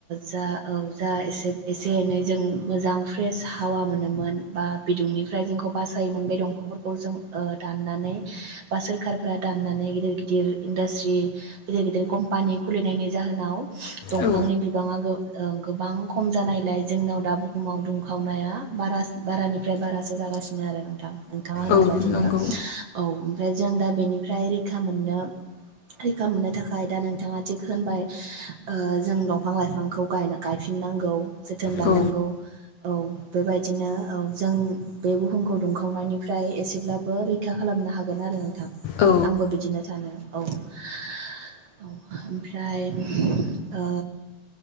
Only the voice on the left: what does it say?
औ
औ
नंगौ
औ
औ